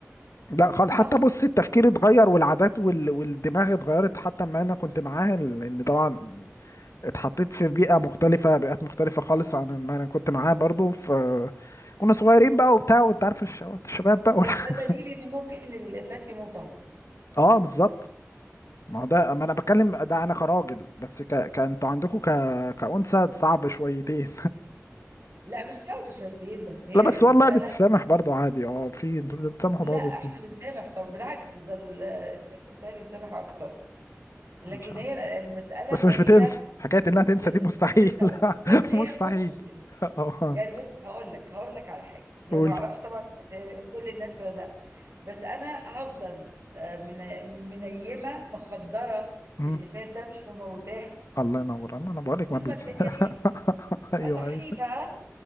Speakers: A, on the left; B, on the right.
A: لا خالص
B: صح
A: حتى بص التفكير اتغير والعادات وال... والدماغ اتغيرت حتى ما انا كنت معاها لان طبعا اتحطيت في بيئة مختلفة بيئات مختلفة خالص
B: اه
A: عن ما انا كنت معاها برضو ف كنا صغيرين بقى وبتاع وانت عارف الش-
B: مم.
A: الشباب بقى
B: بس
A: والح...
B: ده دليل ان ممكن الفتى يموت اهو
A: <laughs> اه بالظبط ما هو ده ما انا بتكلم ده انا كراجل بس ك... كانتوا عندكم ك... كأنثى صعب شويتين
B: لا مش صعب شويتين بس هي
A: لا بس
B: المسألة
A: والله بتسامح برضو عادي اه في انتوا بتسامحوا
B: لا
A: برضو
B: احنا
A: كتير
B: بنسامح طب بالعكس ده ال- الست متهيألي بتسامح اكتر لكن
A: مم.
B: هي المسألة
A: بس
B: ان
A: مش
B: هي
A: بتنسى حكاية انها تنسى
B: بالظبط
A: دي مستحيل
B: كنت لسه هقول لك
A: <laughs>
B: المسألة ان هي
A: مستحيل
B: مش بتنسى
A: اه
B: يعني بص هقول لك هقول لك على حاجة يعني
A: قول
B: ما اعرفش طبعا في كل الناس ولا لا بس انا هفضل آه، من منيمة مخدرة
A: مم.
B: اللي فات ده مش مموتاه
A: الله ينور انا أنا بقول لك
B: طول
A: ما بيت
B: ما الدنيا بيس
A: <laughs> ايوه
B: اصحيه
A: ايوه
B: بقى